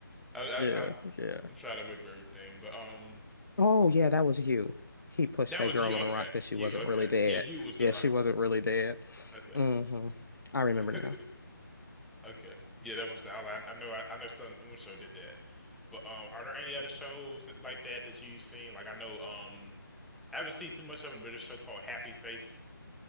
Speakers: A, in the centre; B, on the left (about 60°).
A: I, I
B: yeah,
A: I'm
B: yeah.
A: I'm trying to remember everything, but um,
B: Oh yeah, that was you. He pushed
A: that
B: that
A: was
B: girl
A: you.
B: on
A: Okay,
B: a rock, but she
A: you.
B: wasn't
A: Okay,
B: really dead.
A: yeah, you was the
B: Yeah,
A: rock.
B: she wasn't really dead.
A: Okay.
B: hmm I remember
A: <laughs>
B: now.
A: Okay. Yeah, that was I, I I know I, I know some one show did that. But um are there any other shows like that that you've seen? Like I know um I haven't seen too much of it, but there's a show called Happy Face